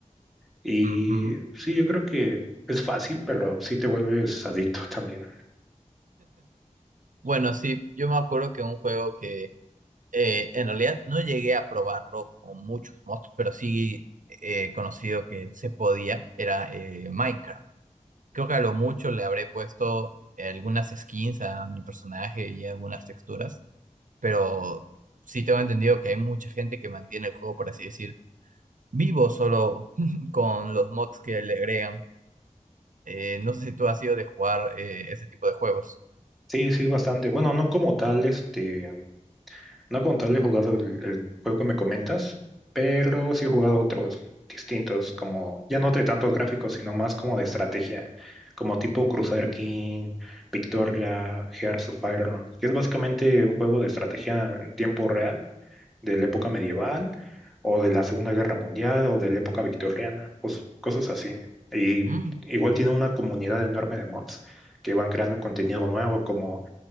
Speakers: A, in the centre; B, on the right.
A: Y
B: ujú.
A: sí, yo creo que es fácil, pero sí te vuelves adicto <laughs> también.
B: Bueno, sí, yo me acuerdo que un juego que eh, en realidad no llegué a probarlo con muchos mods, pero sí he conocido que se podía, era eh, Minecraft. Creo que a lo mucho le habré puesto algunas skins a mi personaje y algunas texturas pero sí tengo entendido que hay mucha gente que mantiene el juego, por así decir, vivo solo <laughs> con los mods que le agregan. Eh, no sé si tú has sido de jugar eh, ese tipo de juegos.
A: Sí, sí, bastante. Bueno, no como tal, este, no como tal he jugado el, el juego que me comentas, pero sí he jugado otros distintos, como ya no de tantos gráficos, sino más como de estrategia, como tipo Crusader King, Victoria, Hearts of Iron, que es básicamente un juego de estrategia en tiempo real de la época medieval o de la Segunda Guerra Mundial o de la época victoriana, pues cosas así. Y
B: Mm,
A: igual tiene una comunidad enorme de mods que van creando contenido nuevo, como